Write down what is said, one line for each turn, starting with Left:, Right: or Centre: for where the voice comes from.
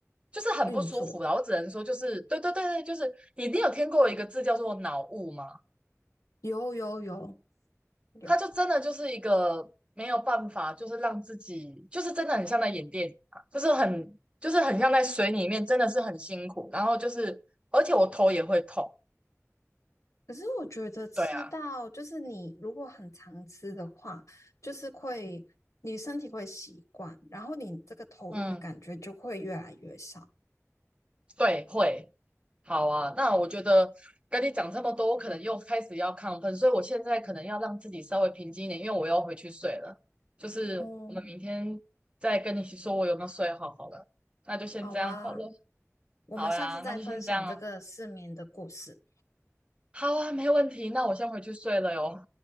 Right: 就是很不舒服啦。
Left: 运作。
Right: 我只能说，就是对对对对，就是你一定有听过一个字叫做脑雾吗？
Left: 有有有，有，
Right: 它就真的就是一个没有办法，就是让自己就是真的很像在演电影啊，就是很就是很像在水里面，真的是很辛苦。然后就是，而且我头也会痛。
Left: 可是我觉得吃到就是你如果很常吃的话，
Right: 对啊，
Left: 就是会你身体会习惯，然后你这个头晕的感觉就会越来越少。
Right: 嗯对，会。好啊，那我觉得跟你讲这么多，我可能又开始要亢奋，所以我现在可能要让自己稍微平静一点，因为我要回去睡了。就是我们明天再跟你说我有没有睡好好了，
Left: 哦，
Right: 那就先这样好了。
Left: 好啊。我们上次在分享这个失眠的故事。
Right: 好呀，那就先这样。好啊，没问题。那我先回去睡了哟。